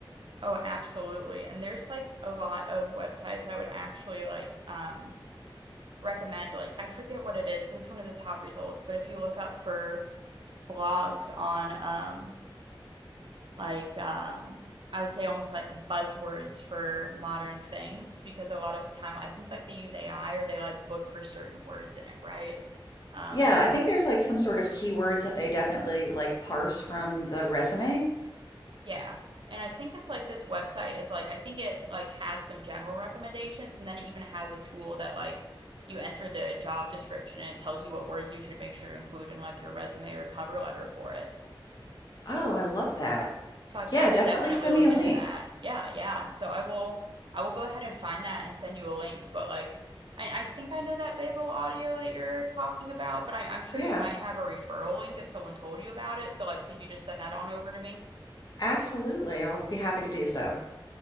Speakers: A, on the right; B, on the left.
A: oh absolutely and there's like a lot of websites I would actually like um recommend like I forget what it is but it's one of the top results but if you look up for blogs on um like um I would say almost like buzzwords for modern things because a lot of the time I think like they use AI or they like look for certain words in it, right? Um
B: Yeah, I think there's like some sort of keywords that they definitely like parse from the resume.
A: yeah. And I think it's like this website is like I think it like has some general recommendations and then it even has a tool that like you enter the job description and it tells you what words you should make sure to include in like your resume or cover letter for it.
B: Oh, I love that.
A: So I,
B: Yeah,
A: I would
B: definitely
A: definitely
B: send
A: look
B: me a
A: into
B: link.
A: that. Yeah, yeah. So I will I will go ahead and find that and send you a link. But like I, I think I know that Babel audio that you're talking about, but I, I'm sure
B: Yeah,
A: you might have a referral link if someone told you about it. So like could you just send that on over to me?
B: absolutely. I'll be happy to do so